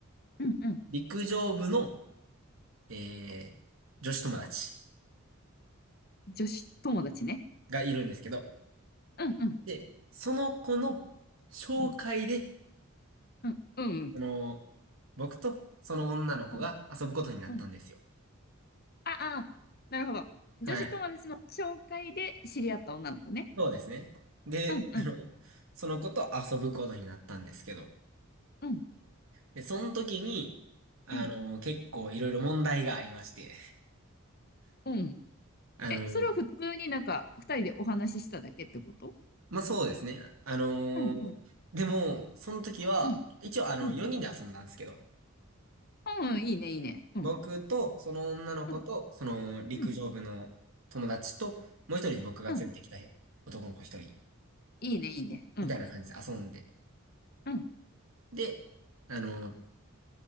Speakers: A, on the left (about 45°); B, on the right (about 75°).
A: うん、うん。
B: 陸上部の、えー、女子友達
A: 女子友達ね。
B: がいるんですけど、
A: うん、うん、
B: で、その子の紹介で、
A: うん、うん、うん。
B: あのー僕とその女の子が遊ぶことになったんですよ。
A: うんうん。あ、あ、なるほど。女子友達の紹介で知り合った女の子ね。
B: はい。そうですね。で、
A: うん、うん、
B: あの、その子と遊ぶことになったんですけど、
A: うん、
B: で、その時に、あの、
A: うん、
B: 結構いろいろ問題がありまして、
A: うん。
B: あの、
A: え、それは普通になんか、二人でお話ししただけってこと
B: まあ、そうですね。あの、
A: うん、うん、
B: でも、その時は、
A: うん、
B: 一応あの、
A: うん。
B: 4人で遊んだんですけど、
A: うん、いいね、いいね。うん、
B: 僕と、その女の子と、
A: うん、
B: その陸上部の友達と、
A: うん、
B: もう一人僕が連れてきた男の子一人、
A: うん。いいね、いいね。うん、
B: みたいな感じで遊んで、
A: うん、
B: で、あの、